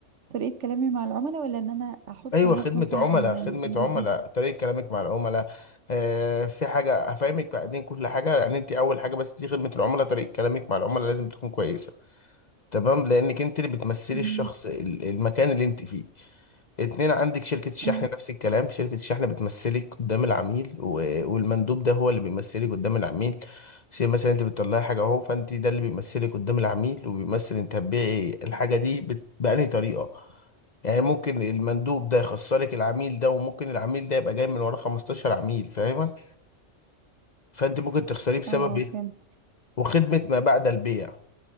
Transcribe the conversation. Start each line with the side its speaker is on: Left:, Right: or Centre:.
Right: طريقة كلامي مع العملاء ولا ان انا احط
Left: ايوه
Right: الناس
Left: خدمه
Right: مثلا
Left: عملاء خدمه
Right: يردوا
Left: عملاء طريقه كلامك مع العملاء آه في حاجه هفهمك بعدين كل حاجه يعني انت اول حاجه بس دي خدمه العملاء طريقه كلامك مع العملاء لازم تكون كويسه تمام لانك انت اللي بتمثلي
Right: امم
Left: الشخص ال- المكان اللي انت فيه اتنين عندك شركة الشحن
Right: أمم.
Left: نفس الكلام شركة الشحن بتمثلك قدام العميل و- والمندوب ده هو اللي بيمثلك قدام العميل زي مثلا انت بتطلعي حاجة اهو فانت ده اللي بيمثلك قدام العميل وبيمثل انت هتبيعي الحاجة دي بت- بأنهي طريقة يعني ممكن المندوب ده يخسرك العميل ده وممكن العميل ده يبقى جاي من ورا 15 عميل فاهمة فانت ممكن تخسريه بسبب
Right: اه
Left: ايه
Right: فهمت
Left: وخدمة ما بعد البيع